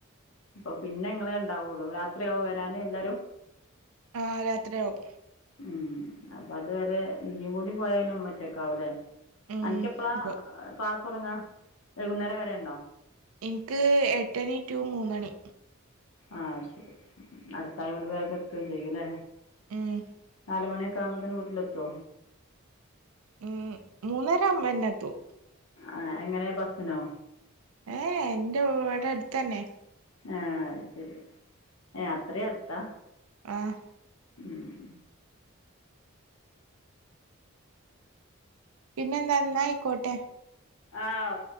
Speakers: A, on the left; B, on the right.
A: അപ്പൊ പിന്നെ ഇങ്ങളെ ഇണ്ടാവോള്ളൂ രാത്രിയാവോ വരാന് എല്ലാരും
B: ആഹ് രാത്രിയാവും
A: ഉം അപ്പത് വരെ ഇയ്യ്കൂടിം പോയാ പിന്നെ ഇമ്മ ഒറ്റക്കാവുലേ
B: ഉം
A: അനക്കെപ്പളാ
B: ഇപ്പൊ
A: ക്ലാസൊട്ങ്ങാ വൈകുന്നേരം വരെണ്ടോ
B: ഇന്ക്ക് എട്ടണി ടു മൂന്നണി
A: ആഹ് അത് ശരി അട്ത്തായോണ്ട് വേഗം എത്തും ചെയ്യൂലേ
B: ഏഹ്
A: നാല്മണിയൊക്കാവുമ്പോത്തിന് വീട്ടിലെത്തോ
B: ഉം മൂന്നരാവുമ്പോന്നെ എത്തും
A: ഏഹ് എങ്ങനെ ബസ്സ്‌നോ
B: ഏയ്ഏഹ് ഇന്റെവടെ എട്ത്തെന്നെ
A: ആഹ് അത് ശരി അത്രേം അട്ത്താ
B: ആഹ്
A: മ്മ്
B: പിന്നെന്താ ഇന്നാ അയിക്കോട്ടെ
A: ആഹ് ഓ